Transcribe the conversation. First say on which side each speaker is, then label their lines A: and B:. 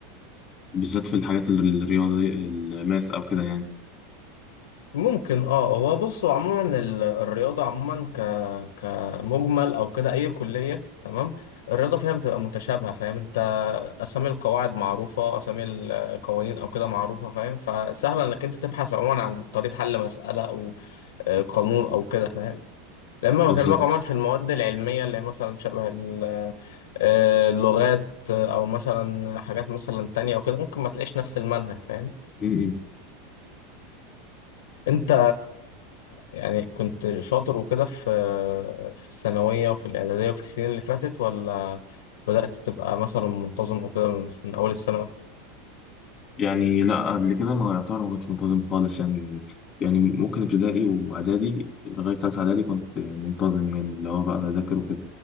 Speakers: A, on the left; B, on the left.
A: بالذات في الحاجات الرياضيه الماث او كده يعني
B: ممكن اه هو بصوا عموما ال- الرياضة عموما ك كمجمل او كده اي كلية تمام الرياضة فيها بتبقى متشابهة فاهم انت اسامي القواعد معروفة اسامي القوانين او كده معروفة فاهم فسهل انك انت تبحث عموما عن طريقة حل مسألة او آه، قانون او كده فاهم لما
A: بالظبط
B: بكلمك عموما في المواد العلمية اللي هي مثلا شبه ال- آه، اللغات آه، او مثلا حاجات مثلا تانية او كده ممكن ما تلاقيش نفس المنهج فاهم
A: م- م.
B: انت يعني كنت شاطر وكده في في الثانوية وفي الإعدادية وفي السنين اللي فاتت ولا بدأت تبقى مثلا منتظم او كده من من أول الثانوي؟
A: يعني لا قبل كده ما يعتبر ما كنتش منتظم خالص يعني يعني ممكن ابتدائي واعدادي لغايه ثالثه اعدادي كنت منتظم يعني اللي هو بقى بذاكر وكده